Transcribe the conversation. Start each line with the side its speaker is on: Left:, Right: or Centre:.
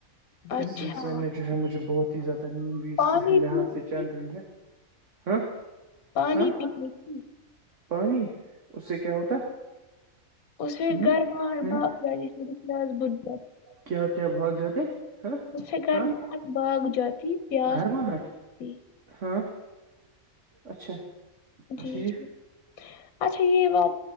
Right: تو
Left: اچھا
Right: اس سلسلے میں جو ہے مجھے بہت ہی زیادہ نیند
Left: پانی
Right: سے لحاظ
Left: پی
Right: سے چل رہی ہے ہاں
Left: پانی
Right: ہاں
Left: پینے کی
Right: پانی اس سے کیا ہوتا
Left: اسے
Right: ہ
Left: گھر مار
Right: ہ
Left: باپ میں دس بدھ
Right: کیا کیا بھاگ جاتے ہاں
Left: اس سے گرماہٹ
Right: ہاں
Left: بھاگ جاتی پیاس
Right: گھرماہٹ
Left: جاتی۔
Right: ہاں اچھا
Left: جی
Right: ٹھیک
Left: جی اچھا یہ بات